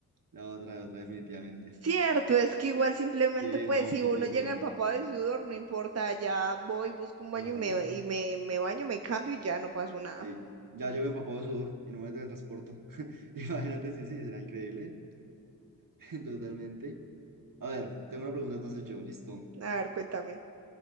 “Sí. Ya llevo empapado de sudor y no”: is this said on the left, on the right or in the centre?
Right